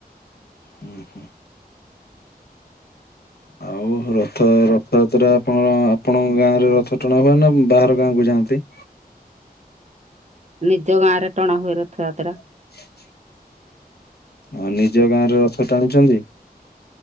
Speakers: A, on the left (about 80°); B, on the right (about 45°).
A: ହୁଁ, ହୁଁ। ଆଉ ରଥ ରଥଯାତ୍ରା ଆପଣ ଆପଣଙ୍କ ଗାଁ ରେ ରଥ ଟଣା ହୁଏ ନା ବାହାର ଗାଁକୁ ଯାଆନ୍ତି?
B: ନିଜ ଗାଁ ରେ ଟଣା ହୁଏ ରଥଯାତ୍ରା।
A: <inaudible> ହଁ ନିଜ ଗାଁ ରେ ରଥ ଟାଣୁଛନ୍ତି?